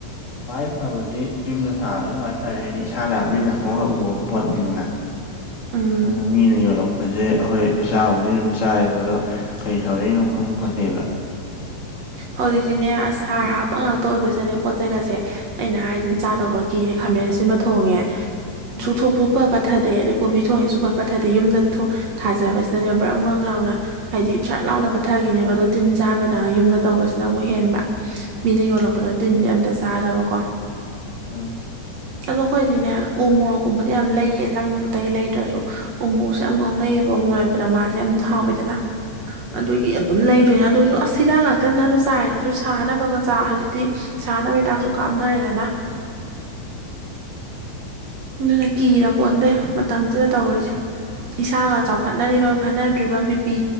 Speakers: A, on the left; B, on the right.
A: ꯈ꯭ꯋꯥꯏ ꯐꯕꯗꯤ ꯌꯨꯝꯗ ꯊꯥꯕꯁꯤꯅ ꯈ꯭ꯋꯥꯏ ꯐꯔꯦ ꯍꯥꯏꯗꯤ ꯏꯁꯥꯅ ꯃꯤꯅ ꯈꯣꯡꯅ ꯎꯕ ꯄꯣꯠꯅꯤꯗꯅ
B: ꯎꯝ
A: ꯑ ꯃꯤꯅ ꯌꯣꯜꯂꯛ ꯐꯁꯦ ꯑꯩꯈꯣꯏ ꯆꯥꯕꯨꯗꯤ ꯑꯗꯨꯝ ꯆꯥꯏꯕ ꯑꯗꯣ ꯀꯔꯤ ꯊꯧꯔꯛꯏꯅꯣ ꯈꯪ ꯄꯣꯟꯇꯦꯕ
B: ꯍꯧꯖꯤꯛꯇꯤꯅꯦ ꯑꯁ ꯍꯔꯥ ꯍꯥꯞꯄ ꯉꯥꯛꯇ ꯑꯣꯏꯕꯁꯤꯅꯅꯦ ꯄꯣꯠ ꯆꯩꯩꯒꯁꯦ ꯑꯩꯅ ꯍꯥꯏꯁꯤꯅꯦ ꯆꯥꯗꯧꯕꯒꯤ ꯀꯤꯔꯦ ꯈꯥꯃꯦꯟ ꯑꯁꯤꯟꯕ ꯊꯣꯡꯉꯦ
A: ꯎꯝ
B: ꯁꯨꯊꯣꯛꯄꯨ ꯁꯨꯡꯄꯠ ꯄꯠꯊꯗꯦ ꯑꯗꯩ ꯀꯣꯕꯤ ꯊꯣꯡꯉꯦ ꯁꯨꯡꯄꯠ ꯄꯠꯊꯗꯦ ꯌꯨꯝꯗ ꯊꯥꯖꯕꯁꯤꯗꯅꯦ ꯕ꯭ꯔꯪ ꯕ꯭ꯔꯪ ꯂꯥꯎꯅ ꯍꯥꯏꯗꯤ ꯁꯠ ꯂꯥꯎꯅ ꯄꯠꯊꯔꯒꯤꯅꯦꯕ ꯑꯗꯣ ꯇꯤꯟ ꯆꯥꯕꯅ ꯌꯨꯝꯗ ꯇꯧꯕꯁꯤꯅ ꯑꯃꯨꯛ ꯍꯦꯟꯕ ꯃꯤꯅ
A: ꯎꯝ
B: ꯌꯣꯜꯂꯛꯄꯅ ꯇꯤꯟꯗꯤ ꯑꯝꯇ ꯆꯥꯗꯕꯀꯣ
A: ꯎꯝ
B: ꯑꯗꯣ ꯑꯩꯈꯣꯏꯗꯤꯅꯦ ꯎ ꯃꯣꯔꯣꯛꯀꯨꯝꯕꯗꯤ ꯌꯥꯝ ꯂꯩꯌꯦ ꯌꯦꯟꯖꯥꯡ ꯑꯩ ꯂꯩꯇ꯭ꯔꯁꯨ ꯎ ꯃꯣꯔꯣꯛꯁꯦ ꯌꯥꯝ ꯉꯥꯎꯅꯩꯌꯦꯕ ꯃꯣꯔꯣꯛ ꯃꯥꯁꯦ ꯌꯥꯝ ꯍꯥꯎꯋꯤꯗꯅ
A: ꯎꯝ
B: ꯑꯗꯨꯒꯤ ꯑꯗꯨꯝ ꯂꯩꯕꯅꯦ ꯑꯗꯨꯁꯨ ꯑꯁ ꯍꯤꯗꯥꯛ ꯉꯥꯛꯇꯅꯤꯗꯗ ꯑꯗꯨ ꯆꯥꯏꯔꯤꯗꯨꯁꯨ ꯁꯥꯅꯕꯒ ꯆꯥ ꯗꯤ ꯁꯥꯟꯅ ꯍꯤꯗꯥꯛꯁꯨ ꯀꯥꯞꯅꯔꯦꯗꯅ ꯑꯗꯨꯅ ꯀꯤꯔ ꯄꯣꯟꯗꯦ ꯃꯇꯝꯁꯤꯗ ꯇꯧꯔꯤꯁꯦ ꯏꯁꯥꯒ ꯆꯥꯎꯈꯠꯅꯔꯤꯕ ꯐꯠꯅꯗ꯭ꯔꯤꯕ ꯕꯤꯄꯤ